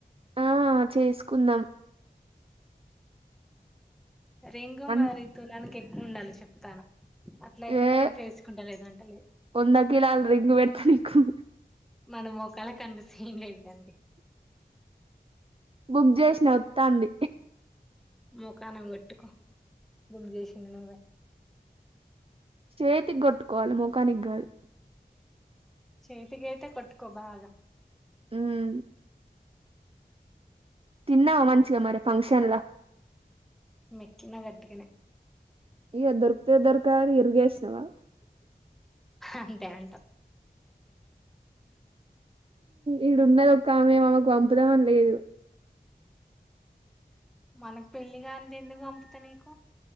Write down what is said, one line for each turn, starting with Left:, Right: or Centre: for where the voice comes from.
Right: ఆ చేసుకుందాం
Centre: రింగు
Right: అన్
Centre: మరి తులానికి ఎక్కువ ఉండాలి చెప్తాన్న అట్లయితేనే
Right: ఏ
Centre: చేసుకుంటా లేదంటలేద్
Right: వంద కిలాల రింగ్ పెడతా నీకు
Centre: మన ముఖాలకి అంత సీన్ లేదు గానీ
Right: బుక్ చేసిన వత్తాంది
Centre: ముఖాన కొట్టుకో బుక్ చేసింది నువ్వే
Right: చేతికి కొట్టుకోవాలి ముఖానిగాదు
Centre: చతికైతే కొట్టుకో బాగా
Right: మ్మ్ తిన్నావ మంచిగా మరి ఫంక్షన్ లా
Centre: మొక్కిన గట్టిగనే
Right: ఇగ దొర్కుతదో దొర్కదా అని ఇరేష్ణవా
Centre: అంతే అంటా
Right: ఇడున్నది ఒక్కమే ఆమేకు పంపుదామని లేదు
Centre: మనకు పెళ్లిగాంధి ఎందుకు పంపుతా నీకు